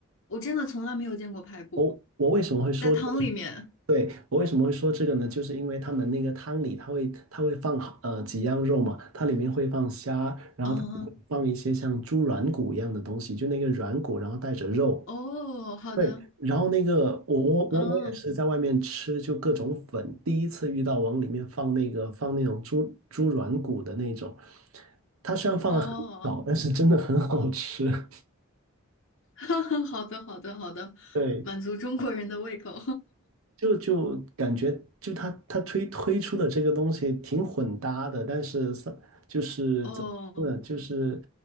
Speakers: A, on the left; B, on the right.
A: 我真的从来没有见过排骨
B: 我我为什么会说这个？
A: 在汤里面。
B: 对，我为什么会说这个呢？就是因为他们那个汤里，它会它会放好呃几样肉嘛，它里面会放虾，然后它会放一些像猪软骨一样的东西，
A: 嗯，
B: 就那个软骨，然后带着肉。
A: 哦，好的，
B: 对，然后那个我我我我也是在外面吃，
A: 嗯，
B: 就各种粉，第一次遇到往里面放那个放那种猪猪软骨的那种，它虽然放的很少，
A: 哦，
B: 但是真的很好吃。<laughs>
A: <laughs> 好的，好的，好的，
B: 对。
A: 满足中国人的胃口。
B: 就就感觉就他他推推出的这个东西挺混搭的，但是三就是怎么说呢，
A: <laughs> 哦，
B: 就是